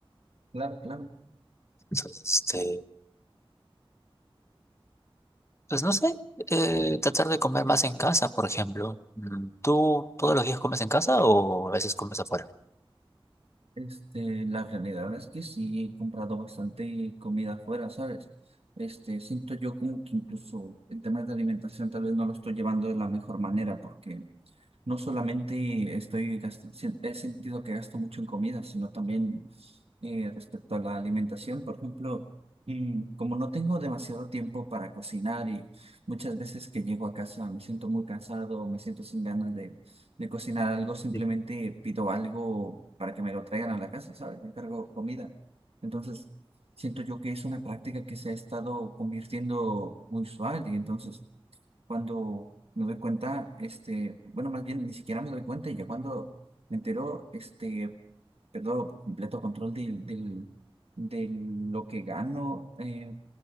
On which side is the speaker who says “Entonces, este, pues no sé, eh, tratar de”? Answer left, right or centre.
Left